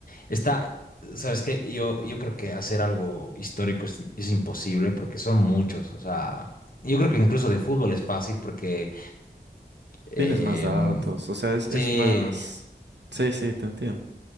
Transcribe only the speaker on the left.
está, sabes que yo, yo creo que hacer algo histórico es, es imposible porque son muchos, o sea, yo creo que incluso de fútbol es fácil porque, em,
sí,